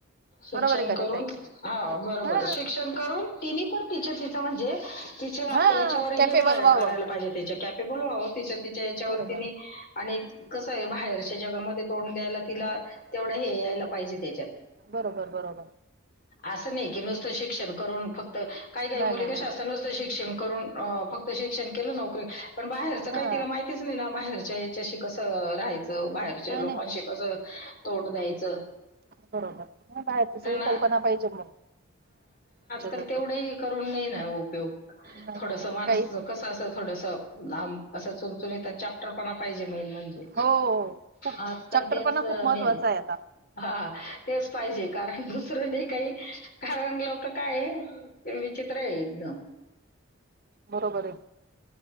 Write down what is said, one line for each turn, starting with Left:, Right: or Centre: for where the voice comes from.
Left: शिक्षण
Right: बरोबर ये कि
Left: करून
Right: नाही ताई.
Left: हा बरोबर
Right: हा
Left: शिक्षण करून तिनी पण तिच तिच म्हणजे तिच्या
Right: हा
Left: ह्याच्यावर हे
Right: कॅपेबल
Left: व्हाय
Right: व्हावं
Left: करायला पाहिजे कॅपेबल व्हावं तिच्या तिच्या वर
Right: बरोबर
Left: तिनी आणि कस आहे बाहेरच्या जगामध्ये तोंड द्यायला तिला तेवढा हे यायला पाहिजे त्याच्यात
Right: बरोबर बरोबर
Left: आस नाही की नुसत शिक्षण कर तर काही काही
Right: नाही
Left: मुली
Right: नाही
Left: कशा
Right: नाही
Left: असतात नुसत शिक्षण करून अ फक्त शिक्षण केल नोकरी पण बाहेरच
Right: हा
Left: काही तिला माहितीच नाही ना बाहेरच्या याच्याशी कस राहायच बाहेरच्या
Right: नाही
Left: लोकांशी
Right: नाही
Left: कस तोड द्यायच
Right: बरोबर नाही बाहेर सगळी
Left: अ,
Right: कल्पना पाहिजे मग
Left: पण
Right: तर
Left: तेवढाही करून नयी ना उपयोग
Right: नाही
Left: थोडस
Right: हो नाही.
Left: माणस
Right: काहीच नाही
Left: कस असं थोडसम अस चुणचुणीत अन् चापटर पाहिज म्हण म्हणजे
Right: हो खूप
Left: आजकाल
Right: चॅप्टर
Left: तेच
Right: पण खूप महत्त्वाचा
Left: मेन
Right: आहे आता
Left: हा तेच पाहिजे कार दुसर नाही काही कारण लोक काय ते विचित्र ये एकदम
Right: बरोबर ये